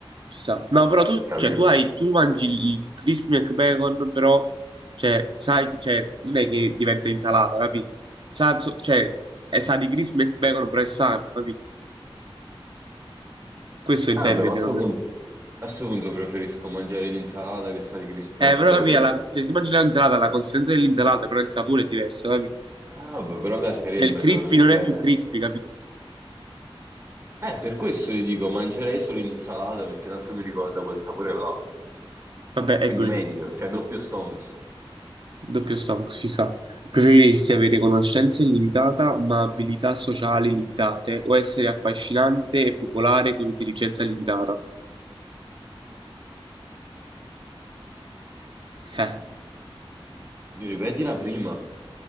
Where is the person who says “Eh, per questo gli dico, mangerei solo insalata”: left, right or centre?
Right